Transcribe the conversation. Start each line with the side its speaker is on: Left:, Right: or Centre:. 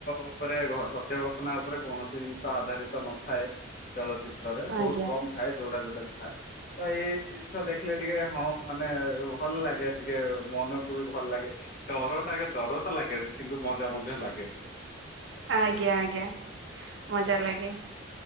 Left: ଉପରେ ଘ ସତ୍ୟ ଘଟଣା ଉପରେ କୌଣସି ଜିନିଷ ଆଧାରିତ ନ ଥାଏ ଚଳଚିତ୍ ତ୍ର ରେ ବହୁତ
Right: ଆଜ୍ଞା
Left: କମ୍ ଥାଏ ଯୋଉଟା ଯୋଉଟା ବି ଥାଏ, ତ ଏଇ ଜିନିଷ ଦେଖିଲେ ଟିକେ ହଁ ମାନେ ଭଲ ଲାଗେ ଟିକେ ମନକୁ ବି ଭଲ ଲାଗେ ଡରଟା ଆଗେ ଡର ତ ଲାଗେ, ସେ କିନ୍ତୁ ମଜା ମଜା ଲାଗେ।
Right: ଆଜ୍ଞା ଆଜ୍ଞା। ମଜା ଲାଗେ।